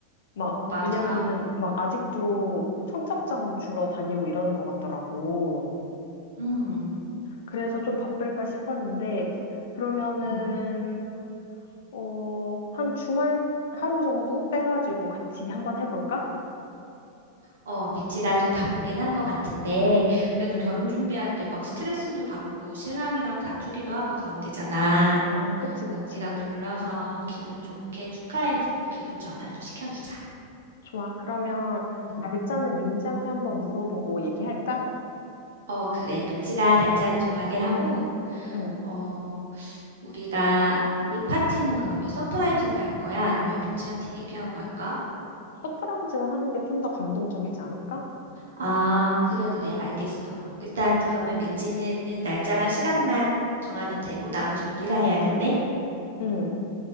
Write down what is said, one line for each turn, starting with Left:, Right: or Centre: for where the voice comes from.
Left: 막,
Right: 어, 맞아.
Left: 왜냐면은 막 아직도 청첩장 주러 다니고 이러는 것 같더라고.
Right: 음,
Left: 그래서 좀 바쁠까 싶었는데, 그러면은,
Right: 음.
Left: 어, 한 주말 하루 정도 빼가지고 같이 한번 해볼까?
Right: 어, 민지가 좀 바쁘긴 한 것 같은데, 그래도
Left: 응.
Right: 결혼 준비할 때 막 스트레스도 받고 신랑이랑 다투기도 하고 그런데잖아.
Left: 아, 그치, 그치.
Right: 그러니까 우리가 불러서 기분 좋게 축하해주고 기분 전환도 시켜주자.
Left: 좋아. 그러면
Right: 음.
Left: 날짜는 민지한테 한번 물어보고 얘기할까?
Right: 어, 그래. 민지가 날짜를 정하게 하고,
Left: 응.
Right: 어, 우리가 이 파티는 그러면 서프라이즈로 할 거야? 아니면 민지한테 얘기하고 할까?
Left: 서프라이즈로 하는 게 좀 더 감동적이지 않을까?
Right: 아, 그래, 그래, 알겠어. 일단 그러면 민지는 날짜랑 시간만 정하면 되고 나머지는 우리가 해야겠네?
Left: 응,